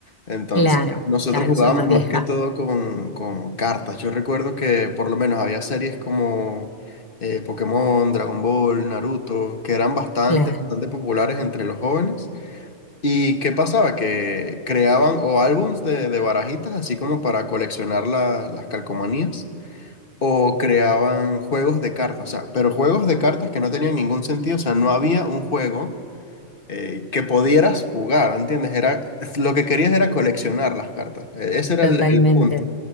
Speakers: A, on the left; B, on the left.
A: Entonces,
B: Claro,
A: nosotros
B: claro,
A: jugábamos
B: soy más
A: más
B: vieja.
A: que todo con, con cartas. Yo recuerdo que por lo menos había series como eh, Pokémon, Dragon Ball, Naruto, que eran bastante,
B: Claro,
A: bastante populares entre los jóvenes. ¿Y qué pasaba? Que creaban o álbums de, de barajitas, así como para coleccionar la- las calcomanías. o creaban juegos de cartas, o sea, pero juegos de cartas que no tenían ningún sentido, o sea, no había un juego eh, que pudieras jugar, ¿entiendes? Era, lo que querías era coleccionar las cartas, e- ese era
B: totalmente.
A: el, el punto.